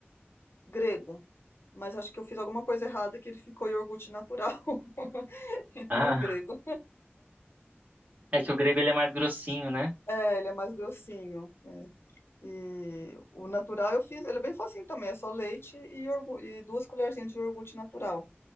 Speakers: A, on the left; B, on the right.
A: grego, mas acho que eu fiz alguma coisa errada que ele ficou iogurte natural, <laughs> e
B: Ah,
A: não grego.
B: é que o grego ele é mais grossinho, né?
A: É, ele é mais grossinho. é. E o natural eu fiz, ele é bem facinho também, é só leite e, iorgu- e duas colherzinhas de iogurte natural.